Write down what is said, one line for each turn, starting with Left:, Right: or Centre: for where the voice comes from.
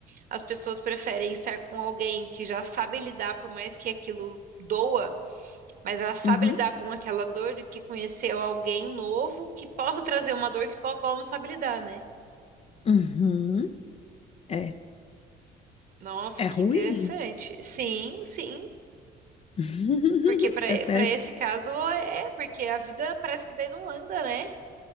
Right: as pessoas preferem estar com alguém que já sabe lidar, por mais que aquilo doa, mas ela sabe
Left: Uhum.
Right: lidar com aquela dor do que conhecer alguém novo que possa trazer uma dor que qual qual não sabe lidar, né?
Left: Uhum. É,
Right: Nossa,
Left: é
Right: que
Left: ruim.
Right: interessante. Sim, sim.
Left: <laughs>
Right: Porque para
Left: É péssimo.
Right: para esse caso é, porque a vida parece que daí não anda, né?